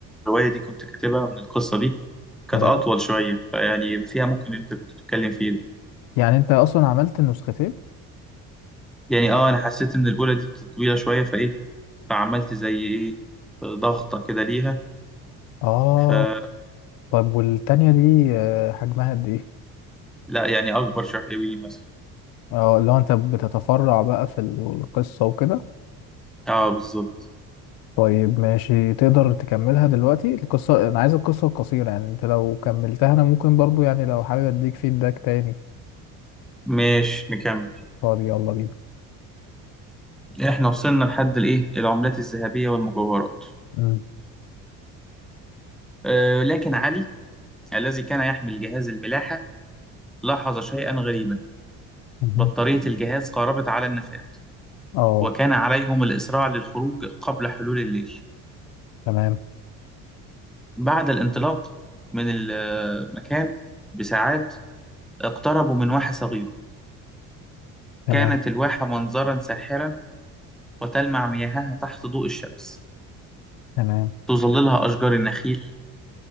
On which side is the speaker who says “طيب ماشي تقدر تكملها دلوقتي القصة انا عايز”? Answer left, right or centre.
Left